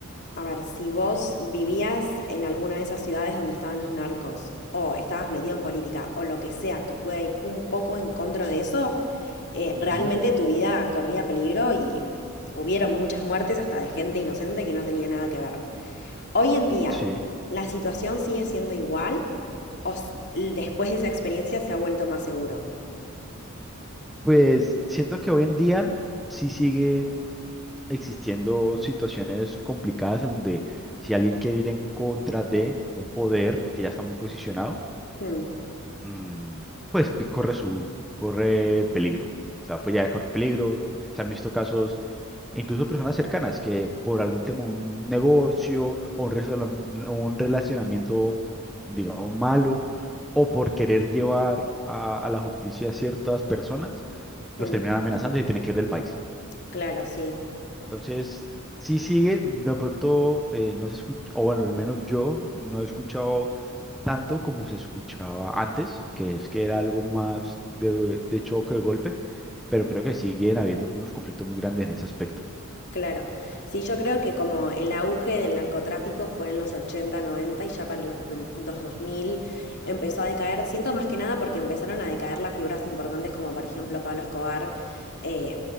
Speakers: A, on the left; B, in the centre.
A: a ver, si vos vivías en alguna de esas ciudades donde estaban los narcos, o estabas metido en política, o lo que sea que pueda ir un poco en contra de eso, eh,
B: Ujú.
A: realmente tu vida corría peligro y hubieron muchas muertes hasta de gente inocente que no tenía nada que ver. Hoy en día,
B: sí.
A: ¿la situación sigue siendo igual o s- después de esa experiencia se ha vuelto más seguro?
B: Pues siento que hoy en día sí siguen existiendo situaciones complicadas en donde si alguien quiere ir en contra de un poder que ya está muy posicionado,
A: Hmm,
B: mm, pues pi- corre su, corre peligro. O sea, pues ya corre peligro. Se han visto casos incluso personas cercanas que por algún tema, un negocio o un, resala- un relacionamiento, digamos, malo, o por querer llevar a, a la justicia a ciertas personas,
A: hmm,
B: los terminan amenazando y se tienen que ir del país.
A: claro, sí.
B: Entonces, sí sigue, de pronto eh, no se escucha, o bueno, al menos yo no he escuchado tanto como se escuchaba antes, que es que era algo más de, de choque, de golpe, pero creo que siguen habiendo unos conflictos muy grandes en ese aspecto.
A: Claro, sí, yo creo que como el auge del narcotráfico fue en los 80, 90 y ya para los, dos- los 2000 empezó a decaer, siento más que nada porque empezaron a decaer las figuras importantes como por ejemplo Pablo Escobar, eh,